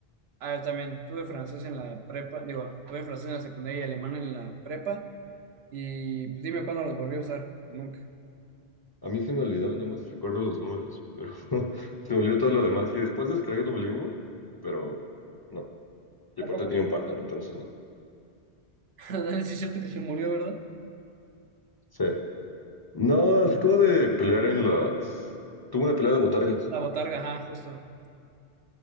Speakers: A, on the right; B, on the left.
A: ah, también tuve francés en la prepa, digo, tuve francés en la secundaria y alemán en la prepa, y pues dime cuándo los volví a usar. Nunca.
B: A mí se me olvidó, nada más recuerdo los números, pero <laughs> se olvidó todo lo demás. Y después descargué Duolingo, pero no. Yo
A: Tampoco.
B: aparte tiene un pájaro, entonces no.
A: <laughs> es cierto que se murió, ¿verdad?
B: Sí. No, se acabó de pelear en las... Tuvo una pelea
A: Sí.
B: de botargas.
A: La botarga, ajá, justo.